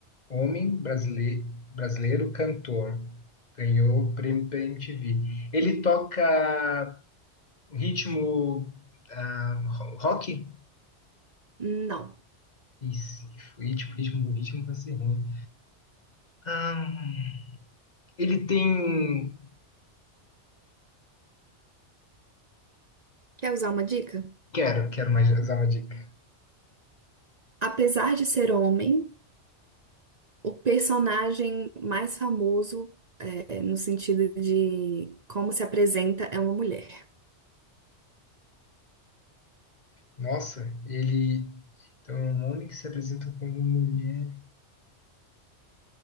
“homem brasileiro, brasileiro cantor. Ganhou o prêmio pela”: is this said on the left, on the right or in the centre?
Left